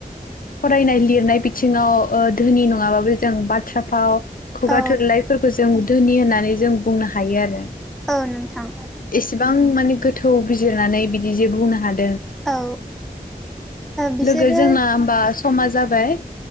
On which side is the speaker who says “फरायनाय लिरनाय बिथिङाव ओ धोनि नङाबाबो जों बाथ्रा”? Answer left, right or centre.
Left